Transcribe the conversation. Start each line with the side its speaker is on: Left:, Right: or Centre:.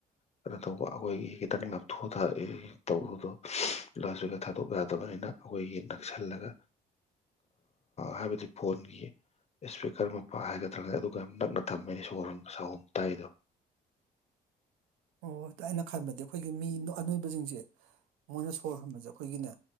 Left: ꯀꯩꯅꯣ ꯇꯧꯕ ꯑꯩꯈꯣꯏꯒꯤ ꯈꯤꯇꯪ ꯉꯞꯊꯣꯛ ꯇꯧꯕꯗꯣ ꯂꯥꯁꯒ ꯊꯥꯗꯣꯛ ꯌꯥꯗꯕꯅꯤꯅ ꯑꯩꯈꯣꯏꯒꯤꯟ ꯅꯛꯁꯜꯂꯒ ꯍꯥꯏꯕꯗꯤ ꯐꯣꯟꯒꯤ ꯏꯁꯄꯤꯀꯔ ꯃꯄꯥ ꯍꯥꯏꯒꯗ꯭ꯔꯥꯒ ꯑꯗꯨꯒ ꯅꯛꯅ ꯊꯝꯃꯤꯅꯤ ꯁꯣꯔꯣꯟ ꯁꯍꯨꯝ ꯇꯥꯏꯗꯣ
Right: ꯑꯣꯣꯏ ꯑꯩꯅ ꯈꯟꯕꯗꯤ ꯑꯩꯈꯣꯏꯒꯤ ꯃꯤ ꯑꯅꯣꯏꯕꯁꯤꯡꯁꯦ ꯃꯣꯏꯅ ꯁꯣꯔ ꯍꯣꯟꯕꯁꯦ ꯑꯩꯈꯣꯏꯒꯤꯅꯦ